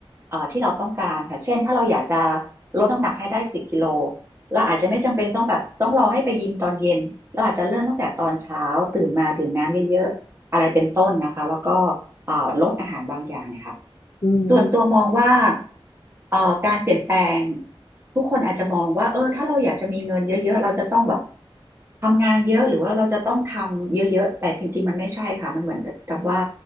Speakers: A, on the right; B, on the left.
A: เอ่อที่เราต้องการค่ะเช่นถ้าเราอยากจะลดน้ำหนักให้ได้สิบกิโล เราอาจจะไม่จำเป็นต้องแบบต้องรอให้ไปยิมตอนเย็นเราอาจจะเริ่มตั้งแต่ตอนเช้าตื่นมาดื่มน้ำเยอะๆอะไรเป็นต้นนะคะแล้วก็เอ่อลดอาหารบางอย่างนีค่ะ
B: อืม
A: ส่วนตัวมองว่าเอ่อการเปลี่ยนแปลงทุกคนอาจจะมองว่าเออถ้าเราอยากจะมีเงินเยอะๆเราจะต้องแบบทำงานเยอะหรือว่าเราจะต้องทำเยอะๆแต่จริงๆมันไม่ใช่ค่ะมันเหมือนกับว่า